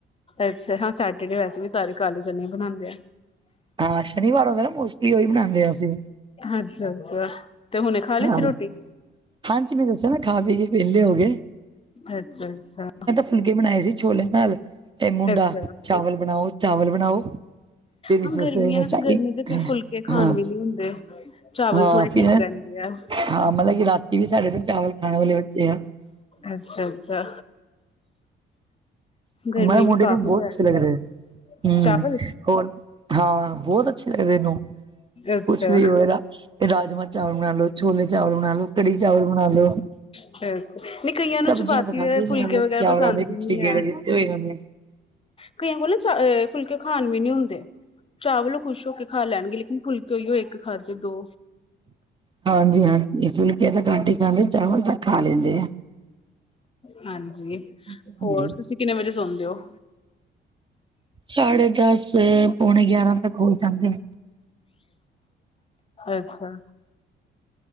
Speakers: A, on the left (about 30°); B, on the right (about 25°).
A: ਅੱਛਾ ਹਾਂ ਸੈਟਰਡੇ ਵੈਸੇ ਵੀ ਸਾਰੇ ਕਾਲੇ ਚਨੇਂ ਈ ਬਨਾਂਦੇ ਐ।
B: ਹਾਂ ਸ਼ਨੀਵਾਰ ਹੋ ਗਯਾ ਨਾ ਮੋਸਟਲੀ ਓਈ ਬਨਾਂਦੇ ਆਂ ਅਸੀਂ।
A: ਅੱਛਾ, ਅੱਛਾ ਤੇ ਹੁਨੇ ਖਾ ਲਿੱਤੀ
B: ਹਾਂ
A: ਰੋਟੀ?
B: ਹਾਂਜੀ ਮੈਂ ਦੱਸਿਆ ਨਾ ਖਾ ਪੀ ਕੇ ਵੇਲੇ ਹੋ ਗੇ।
A: ਅੱਛਾ-ਅੱਛਾ।
B: ਫੁਲਕੇ ਬਣਾਏ ਸੀ ਛੋਲੇ ਨਾਲ ਤੇ ਮੁੰਡਾ
A: ਅੱਛਾ
B: ਚਾਵਲ ਬਣਾਓ, ਚਾਵਲ ਬਣਾਓ। ਫਿਰ ਇਸ
A: ਹਾਂ
B: ਵਾਸਤੇ
A: ਗਰਮੀ ਆਂ ਨਾ
B: ਚਾਹੀਏ
A: ਤੇ ਗਰਮੀ 'ਚ ਫਿਰ ਫੁਲਕੇ ਖਾਨ
B: ਹਾਂ
A: ਵੀ ਨੀ ਹੁੰਦੇ, ਚਾਵਲ
B: ਹਾਂ
A: ਥੋੜੇ
B: ਫਿਰ
A: ਠੀਕ ਰੈਂਦੇ <unintelligible>
B: ਹਾਂ, ਮਤਲਬ ਕਿ ਰਾਤੀ ਵੀ ਸਾਡੇ ਤੇ ਚਾਵਲ ਖਾਣ ਵਾਲੇ ਬੱਚੇ ਆ
A: ਅੱਛਾ-ਅੱਛਾ। ਗਰਮੀ
B: ਮਾਏ ਮੁਡੇ
A: ਵੀ ਕਾਫ਼ੀ
B: ਨੂੰ ਬੋਤ
A: ਪੈ
B: ਅੱਛੇ
A: ਰਹੀ
B: ਲੱਗ ਰੇ
A: ਹੈ।
B: ਹੂੰ।
A: ਚਾਵਲ
B: ਹੋਰ, ਹਾਂ ਬੋਤ ਅੱਛੇ ਲੱਗਦੇ ਇਨੂੰ
A: ਅੱਛਾ
B: ਕੁਛ ਵੀ ਹੋਏ ਰਾ ਰਾਜਮਾਂ ਚਾਵਲ ਬਣਾ ਲੋ, ਛੋਲੇ ਚਾਵਲ ਬਣਾ ਲੋ, ਕੜੀ ਚਾਵਲ ਬਣਾ ਲੋ।
A: ਅੱਛਾ ਨਹੀਂ ਕਈਆਂ ਨੂੰ
B: ਸਬਜ਼ੀਆਂ
A: ਚਪਾਤੀ
B: ਤਾਂ ਖਾਂਦੇ
A: ਫੁਲਕੇ
B: ਨੀ ਐ ਬਸ
A: ਵਗੈਰਾ
B: ਚਾਵਲਾਂ
A: ਪਸੰਦ
B: ਦੇ
A: ਹੀ
B: ਪਿੱਛੇ
A: ਨਹੀਂ
B: ਗੇੜੇ
A: ਹੈ।
B: ਦਿੱਤੇ ਹੋਏ ਏਨਾਂ ਨੇ।
A: ਕਈਆਂ ਕੋਲ ਨਾ ਚਾ ਫੁਲਕੇ ਖਾਨ ਵੀ ਨੀ ਹੁੰਦੇ। ਚਾਵਲ ਓ ਖੁਸ਼ ਹੋ ਕੇ ਖਾ ਲੈਨਗੇ ਲੇਕਿਨ ਫੁਲਕੇ ਓਈਓ ਇੱਕ ਖਾਦੇ ਦੋ।
B: ਹਾਂਜੀ-ਹਾਂਜੀ, ਫੁਲਕੇ ਤਾਂ ਘੱਟ ਈ ਖਾਂਦੇ ਚਾਵਲ ਤਾਂ ਖਾ ਲੈਂਦੇ ਐ।
A: ਹਾਂਜੀ,
B: ਆ
A: ਹੋਰ ਤੁਸੀਂ ਕਿੰਨੇ ਵੱਜੇ ਸੋਂਦੇ ਓ?
B: ਸਾਢੇ ਦਸ, ਪੌਣੇ ਗਿਆਰਾਂ ਤੱਕ ਹੋ ਈ ਜਾਂਦੇ।
A: ਅੱਛਾ।